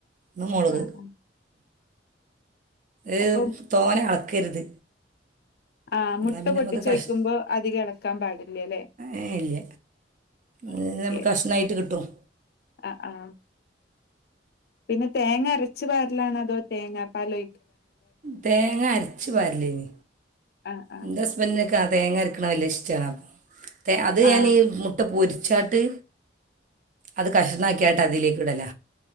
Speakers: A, on the right (about 45°); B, on the left (about 60°).
A: ഇന്ന് മുളക്
B: ആഹ് ആഹ്
A: ഏ
B: അപ്പം
A: തോനെ അളക്കരുത്
B: ആഹ്
A: എന്നാൽ
B: മുട്ട
A: പിന്നെ
B: പൊട്ടിച്ചോഴിക്കുമ്പോ
A: നമുക്ക് കഷ്
B: അതികം ഇളക്കാൻ പാടില്ലല്ലേ
A: ഏ ഇല്ല ഇത്
B: ഓക്കേ
A: നമുക്ക് കഷ്ണമായിട്ട് കിട്ടും
B: ആ ആ പിന്നെ തേങ്ങ അരച്ചു പാറലാണ അതോ തേങ്ങാ പാലോ
A: തേങ്ങ അരച്ചു പരലിനി
B: ആഹ് ആഹ്
A: എന്റെ ഹസ്ബന്റിനോക്കാ
B: ഓക്കെ.
A: തേങ്ങരിക്ക ക്കണ വല്ല്യഇഷ്ടാണ് അത് ഞാൻ
B: ആഹ്
A: ഈ മുട്ട പൊരി ഉച്ചാട്ട് അത് കഷർണാക്കിയായിട്ട് അതിലേക്ക് ഇടല